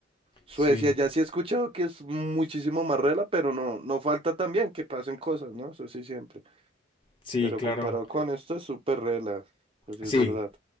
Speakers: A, on the right; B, on the left.
A: Suecia,
B: Sí,
A: ya sí he escuchado que es muchísimo más rela, pero no, no falta también que pasen cosas, ¿no? Eso sí siempre.
B: sí,
A: Pero
B: claro.
A: comparado con esto es súper rela, eso sí
B: Sí,
A: es verdad.